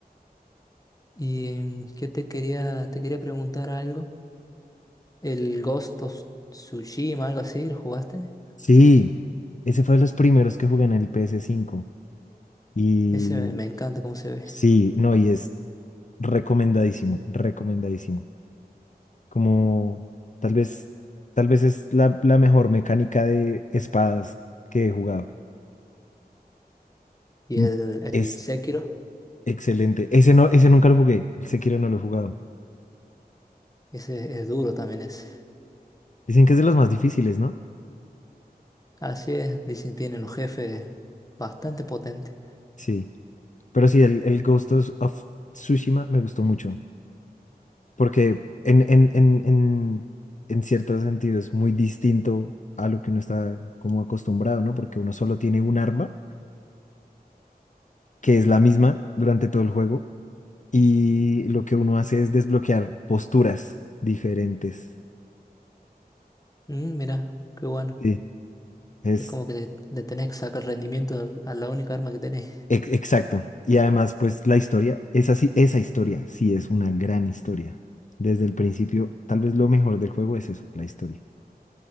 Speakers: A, on the left; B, on the left.
A: ¿Y qué te quería, te quería preguntar algo? El Ghost of Tsushima, algo así, ¿lo jugaste?
B: Sí, ese fue de los primeros que jugué en el ps cinco y
A: Ese me, me encanta cómo se ve.
B: sí, no, y es recomendadísimo, recomendadísimo. como tal vez, tal vez es la, la mejor mecánica de espadas que he jugado.
A: Y
B: Mm,
A: el, el
B: Es
A: Sekiro,
B: excelente. Ese no, ese nunca lo jugué. El Sekiro no lo he jugado.
A: ese es duro también ese.
B: Dicen que es de los más difíciles, ¿no?
A: Así es, dicen que tienen un jefe bastante potente.
B: Sí. Pero sí, el, el Ghost of of Tsushima me gustó mucho. Porque en, en, en, en, en cierto sentido es muy distinto a lo que uno está como acostumbrado, ¿no? Porque uno solo tiene un arma que es la misma durante todo el juego y lo que uno hace es desbloquear posturas diferentes.
A: Mm, mira, qué bueno.
B: Sí, es
A: Es como que le, le tenés que sacar rendimiento al- a la única arma que tenés.
B: ex- exacto. Y además, pues la historia es así, esa historia sí es una gran historia. Desde el principio, tal vez lo mejor del juego es eso, la historia.